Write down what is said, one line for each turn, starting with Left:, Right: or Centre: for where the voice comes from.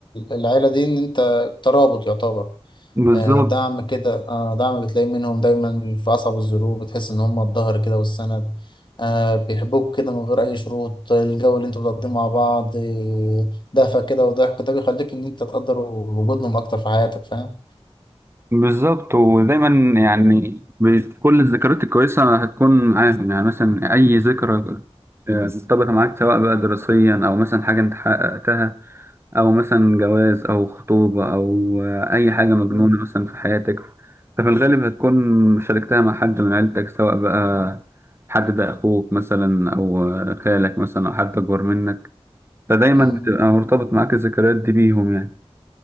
Left: العيلة دي إن أنت ترابط يعتبر
Right: بالظبط
Left: آه، دعم كده آه، دعم بتلاقي منهم دايما في أصعب الظروف بتحس إن هم الظهر كده والسند آه، بيحبوك كده من غير أي شروط الجو اللي أنتوا بتقضيه مع بعض آه، دفى كده وضحك ده بيخليك إن أنت تقدر وجودهم أكتر في حياتك فاهم؟
Right: بالظبط ودايما يعني ب- كل الذكريات الكويسة هتكون معاهم يعني مثلا أي ذكرى آه، مرتبطة معاك سواء بقى دراسيا أو مثلا حاجة أنت حققتها أو مثلا جواز أو خطوبة أو آه، أي حاجة مجنونة
Left: مم.
Right: مثلا في حياتك ففي الغالب هتكون شاركتها مع حد من عيلتك سواء بقى حد ده أخوك مثلا أو آه، خالك مثلا أو حد أكبر منك فدايما
Left: مم.
Right: بتبقى مرتبط معاك الذكريات دي بيهم يعني